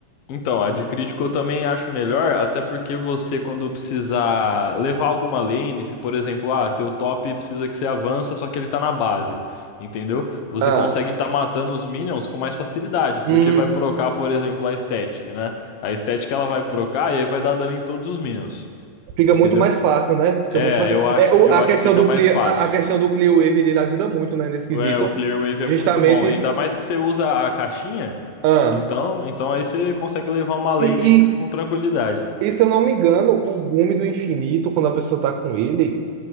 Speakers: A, on the left; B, on the right.
A: Então, a de crítico eu também acho melhor, até porque você, quando precisar levar alguma lane, se por exemplo, ah, teu top precisa que você avança, só que ele tá na base, entendeu? Você
B: Ah.
A: consegue tá matando os minions com mais facilidade,
B: Hum,
A: porque vai procar, por exemplo, a estética, né? A estética ela vai procar e aí vai dar dano em todos os minions.
B: fica
A: Entendeu?
B: muito mais fácil, né? Fica
A: É,
B: muito mais.
A: eu acho
B: É, o,
A: que eu
B: a
A: acho
B: questão
A: que fica
B: do
A: mais
B: Clear,
A: fácil.
B: a, a questão do Clear Wave, ele ajuda muito, né, nesse quesito.
A: É, o Clearwave é
B: Justamente.
A: muito bom, ainda mais que você usa a caixinha,
B: Ah.
A: então, então aí você consegue levar uma lane
B: E,
A: aí
B: e,
A: tr- com tranquilidade.
B: e se eu não me engano, o Gume do Infinito, quando a pessoa tá com ele.